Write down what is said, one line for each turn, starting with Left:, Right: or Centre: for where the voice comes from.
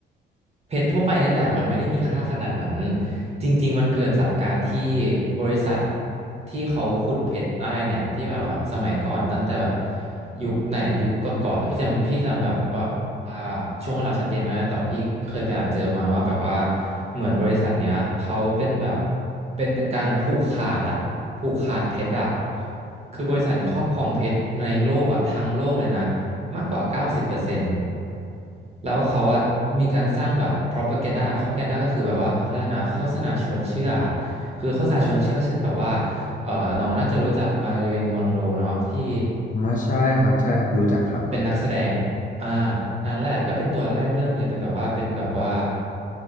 Right: เพชรทั่วไปนี่แหละมันไม่ได้มีค่าขนาดนั้นจริงๆมันเกิดจากการที่บริษัทที่เขาขุดเพชรได้เนี่ยที่แบบว่าสมัยก่อนตั้งแต่แบบยุคไหนยุคก่อนๆแล้วพี่จำพี่จำแบบว่าว่าช่วงเวลาชัดเจนไหมากแต่ว่าพี่เคยไปอ่านเจอมาว่าแบบว่าเหมือนบริษัทเนี้ยเขาเป็นแบบเป็นการผูกขาดอะผูกขาดเพชรอะคือบริษัทนี้ครอบครองเพชรในโลกอะทั้งโลกเลยนะ มากกว่าเก้าสิบเปอร์เซ็นต์แล้วเขาอะมีการสร้างแบบ propaganda propaganda ก็คือแบบว่าเขาเรียกนะโฆษณาชวนเชื่อ คือโฆษณาชวนเชื่อเช่นแบบว่าเอ่อน้องน่าจะรู้จักมาริลมอนโรเนาะที่
Left: อ๋อใช่ครับใช่ครับรู้จักครับผม
Right: เป็นนักแสดงอ่าอันนั้นแหละก็เป็นตัวแรกเริ่มเลยเป็นแบบว่าเป็นแบบว่า